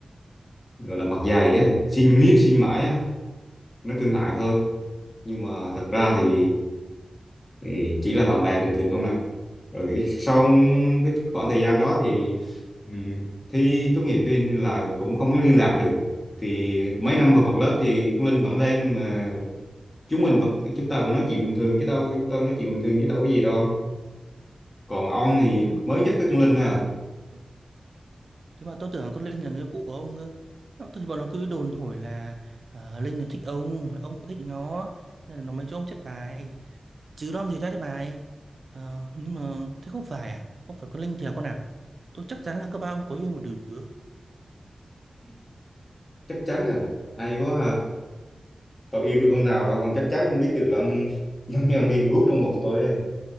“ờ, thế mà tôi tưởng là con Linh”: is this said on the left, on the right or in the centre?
Right